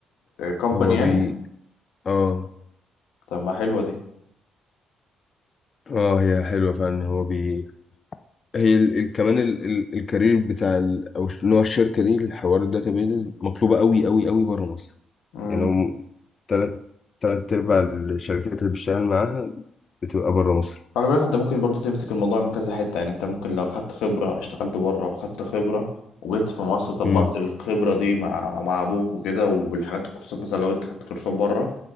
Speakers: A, on the left; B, on the left.
A: كومباني
B: هو
A: يعني
B: بي اه
A: طب ما حلوه دي
B: اه هي حلوه فعلا هو بي هي ال... ال... كمان ال... ال... الكارير بتاع ال... او ش- نوع الشركه دي الحوار الداتابيز مطلوبه قوي قوي قوي بره مصر
A: امم
B: يعني هم تلات تلات ارباع الشركات اللي بشتغل معاها بتبقى بره مصر
A: خلي بالك انت ممكن برضه تمسك الموضوع من كذا حته يعني انت ممكن لو خدت خبره اشتغلت بره وخدت خبره وجيت في مصر طبقت
B: امم
A: الخبره دي مع مع ابوك وكده والحاجات الكورسات مثلا لو انت خدت كورسات بره